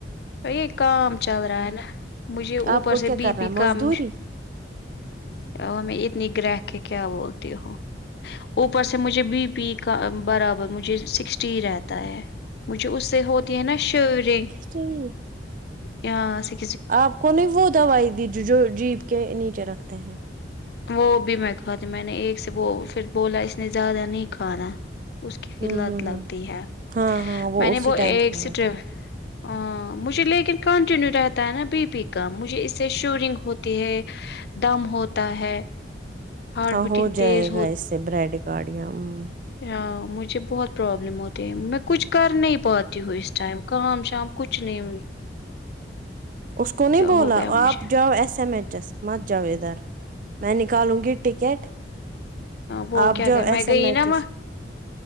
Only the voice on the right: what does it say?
آپ کو
کیا
کرنا
ہے
مزدوری
چین
آپ کو نے وہ دوائی دی جو جو جیپ کے نیچے رکھتے ہیں
ہوں
ہوں
ہوں
ہاں ہاں
اسی
ٹائم
کھانا
ہوتا تھا
ہاں
ہو جائے
گا اس سے بریڈ گاڑیاں ہ
اس کو نہیں بولا
آپ جاؤ ایس ایم ایچ ایس مت جاؤ ادھر میں نکالوں گی ٹکٹ
آپ
جاؤ
ایس
ایم ای
ایس